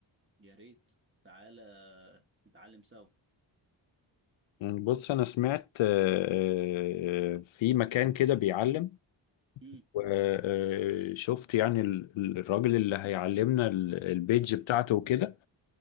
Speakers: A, on the right; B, on the left.
A: يا ريت تعالى نتعلم سوا
B: يعني بص أنا سمعت آه، آه، في مكان كده بيعلم
A: امم
B: وشفت يعني ال- ال- الراجل اللي هيعلمنا ال- البيج بتاعته وكده